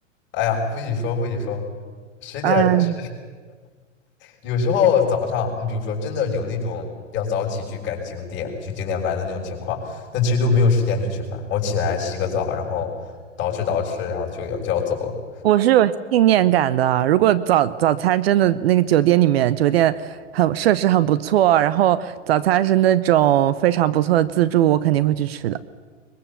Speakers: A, on the left; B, on the right.
A: 哎呀，不许说不许说，十点十，
B: 嗯。
A: 有时候早上你比如说真的有那种要早起去赶景点去景点玩的那种情况，那其实都没有时间去吃饭，我起来洗个澡，然后捯饬捯饬，然后就要就要走了。
B: 我是有信念感的啊。如果早早餐真的那个酒店里面，酒店很设施很不错，然后早餐是那种非常不错的自助，我肯定会去吃的。